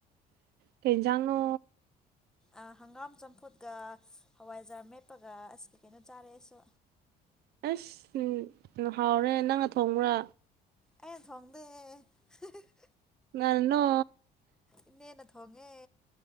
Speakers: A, on the right; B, in the centre.
A: ꯀꯩꯟꯖꯥꯡꯅꯣ
B: ꯑ ꯍꯪꯒꯥꯝ ꯆꯝꯐꯨꯠꯀ ꯍꯋꯥꯏꯖꯥꯔ ꯃꯦꯠꯄꯒ ꯑꯁ ꯀꯩ ꯀꯩꯅꯣ ꯆꯥꯔꯦ ꯑꯩꯁꯨ
A: ꯑꯁ ꯅ ꯍꯥꯎꯔꯦ ꯅꯪꯅ ꯊꯣꯡꯕ꯭ꯔꯥ
B: ꯑꯩꯅ ꯊꯣꯡꯗꯦ <unintelligible>
A: ꯅꯅꯣ
B: ꯏꯅꯦꯅ ꯊꯣꯡꯉꯦ